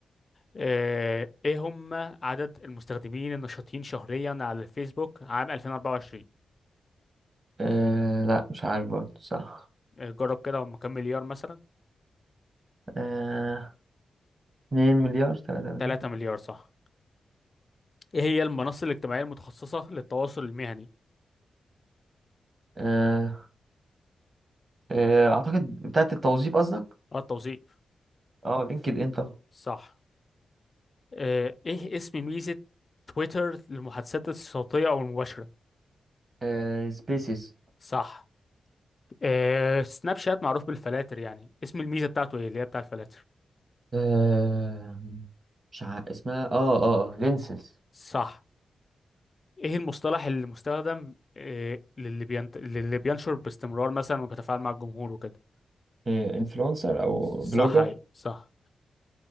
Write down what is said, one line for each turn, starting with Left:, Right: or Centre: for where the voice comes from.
Left: آه، ايه هم عدد المستخدمين النشطين شهريا على الفيسبوك عام 2024
Right: آه لا مش عارف برضه صح
Left: آه، جرب كده هم كام مليار مثلا
Right: آه 2 مليار 3 مليار
Left: 3 مليار صح ايه هي المنصه الاجتماعيه المتخصصه للتواصل المهني
Right: آه آه أعتقد بتاعت التوظيف قصدك
Left: اه التوظيف
Right: اه لينكد إن طبعا
Left: صح آه، ايه اسم ميزة تويتر للمحادثات الصوتية او المباشرة
Right: آه سبيسيس
Left: صح آه، سناب شات معروف بالفلاتر يعني اسم الميزة بتاعته ايه اللي هي بتاع الفلاتر
Right: آه مش عارف اسمها اه اه آه، لينسز
Left: صح ايه المصطلح اللي مستخدم آه، للي بينت... للي بينشر باستمرار مثلا وبيتفاعل مع الجمهور وكده
Right: إيه، انفلونسر او
Left: صح
Right: بلوجر
Left: أيوة، صح